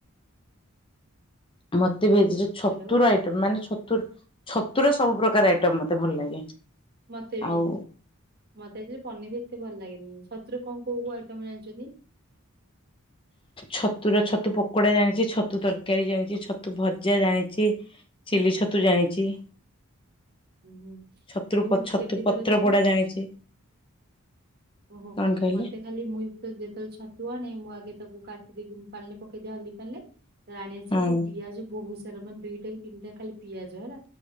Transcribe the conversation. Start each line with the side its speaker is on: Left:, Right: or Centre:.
Left: <unintelligible> ଭେଜି ଛତୁର
Right: ହ୍ୟାଲୋ
Left: ଆଇଟମ୍ ମାନେ ଛତୁର ଛତୁୁର ସବୁ ପ୍ରକାର ଆଇଟମ ମତେ ଭଲ ଲାଗେ।
Right: ମତେ ବି
Left: ଆଉ
Right: ମତେ ଏ ପନିର ଏତେ ଭଲ ଲାଗେନି ଛତୁର କଣ କୋଉ କୋଉ ଆଇଟମ ଜାଣିଛନ୍ତି?
Left: ଛତୁର ଛତୁ ପକୋଡା ଜାଣିଛି ଛତୁ ତରକାରୀ ଜାଣିଛି ଛତୁ ଭଜା ଜାଣିଛି ଚିଲି ଛତୁ ଜାଣିଛି।
Right: ହୁଁ ହୁଁ
Left: ଛତୁ
Right: ମୁଁ ହଉଛି
Left: ଛତୁ
Right: କେମିତି
Left: ପତ୍ର
Right: କରେ କହିଲ।
Left: ପୋଡା ଜାଣିଛି
Right: ଓହୋ
Left: କଣ କହିଲେ
Right: ମତେ ଖାଲି ମୁଇ ତ ଯେତେବେଳେ ଛତୁଆଣେ ମୁଁ ଆଗେ ତାକୁ କାଟିଦେଇକି ମୁଁ ପାଣିରେ ପକେଇଦିଅ ହଳଦୀ ପାଣିିରେ। ତତେ ଆଣିଆସି
Left: ହଁ
Right: ତୁ ପିଆଜ ବହୁ ଏଇରକମ ଦୁଇଟା କି ତିନିଟା ଖାଲି ପିଆଜ ହେଲା,